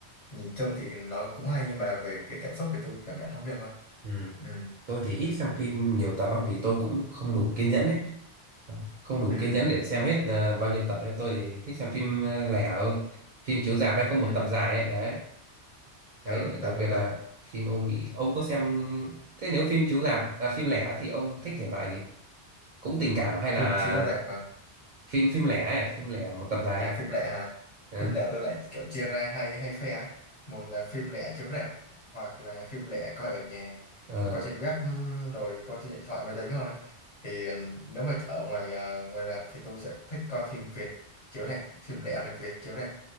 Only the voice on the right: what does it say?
ừ.
tôi thì ít xem phim nhiều tập lắm vì tôi cũng không đủ kiên nhẫn ấy không đủ
kiên nhẫn để xem hết ờ, bao nhiêu tập ấy tôi thì thích xem phim ờ, lẻ hơn phim chiếu rạp hay có một
tập dài ấy đấy đấy
đặc
biệt là
phim Âu Mỹ ông có xem thế nếu phim chiếu rạp à, phim lẻ thì ông thích thể loại gì cũng tình cảm hay là
phim phim lẻ ấy, phim lẻ một tập dài
ấy?
Ờ,
ờ,